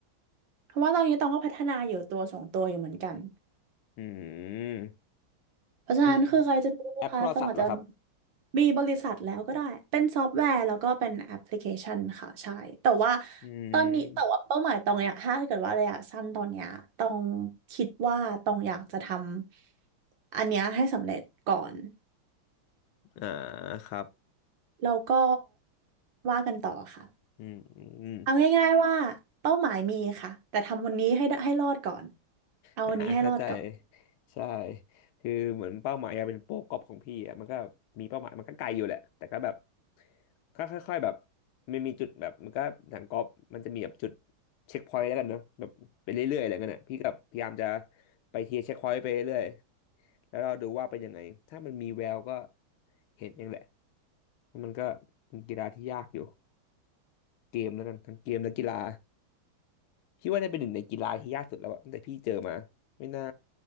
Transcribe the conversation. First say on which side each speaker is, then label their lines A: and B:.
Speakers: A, on the right; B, on the left.
A: เพราะว่าตอนนี้ตองก็พัฒนาอยู่ตัวสองตัวอยู่เหมือนกัน
B: อืม
A: เพราะฉะนั้นคือใครจะไปรู้คะต้องอาจจะ
B: เป็นแอปโทรศัพท์เหรอครับ
A: มีบริษัทแล้วก็ได้เป็นซอฟต์แวร์แล้วก็เป็นแอปพลิเคชันค่ะใช่แต่ว่า
B: อื
A: ตอนนี้แต่ว่าเป้าหมายตองเนี้ยถ้าเกิดว่าระยะสั้นตอนเนี้ยตอง
B: ม
A: คิดว่าตองอยากจะทำอันเนี้ยให้สำเร็จก่อน
B: อ่าครับ
A: แล้วก็ว่ากันต่อค่ะ
B: อืมอืม
A: เอาง่ายๆว่าเป้าหมายมีค่ะแต่ทำวันนี้ให้ได้ให้รอดก่อนเอาวันนี้ให้รอดก่อน
B: อ่าเข้าใจใช่คือเหมือนเป้าหมายอยากเป็นโปรกอล์ฟของพี่อ่ะมันก็มีเป้าหมายมันก็ไกลอยู่แหละแต่ก็แบบก็ค่อยๆแบบมันมีจุดแบบมันก็หนังกอล์ฟมันจะมีแบบจุดเช็คพอยต์แล้วกันเนอะแบบไปเรื่อยๆอะไรเงี้ยน่ะพี่กับพยายามจะไปเทียร์เช็คพอยต์ไปเรื่อย แล้วเราดูว่าเป็นยังไงถ้ามันมีแววก็เห็นเองแหละว่ามันก็เป็นกีฬาที่ยากอยู่เกมแล้วกันทั้งเกมและกีฬาพี่ว่าเนี่ยเป็นหนึ่งในกีฬาที่ยากสุดแล้วอะตั้งแต่พี่เจอมาไม่น่า